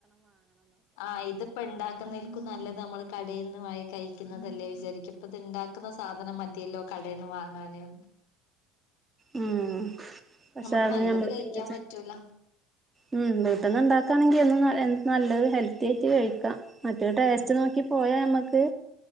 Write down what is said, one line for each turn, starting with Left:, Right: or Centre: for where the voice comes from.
Left: ആ ഇതിപ്പോ ണ്ടാക്കുന്നെൽക്കും നല്ലത് നമ്മള് കടയിൽന്ന് വാങ്ങി കഴിക്കുന്നതല്ലേ വിചാരിക്കപ്പത്ണ്ടാക്കുന്ന സാധനം മതിയല്ലോ കടയിൽന്ന് വാങ്ങാന്. <inaudible>
Right: ഉം പക്ഷെ
Left: നമുക്ക്
Right: അത്
Left: നല്ലത്
Right: നമ്മള്
Left: കഴിക്കാൻ
Right: പിന്നെ
Left: പറ്റൂല
Right: ഉം വീട്ടന്ന് ഉണ്ടാക്കാണെങ്കിൽ ഒ <unintelligible> നല്ലത് ഹെൽത്തി ആയിട്ട് കഴിക്കാം, മറ്റേ ടേസ്റ്റ്
Left: ആഹ്
Right: നോക്കിപ്പോയാമ്മക്ക്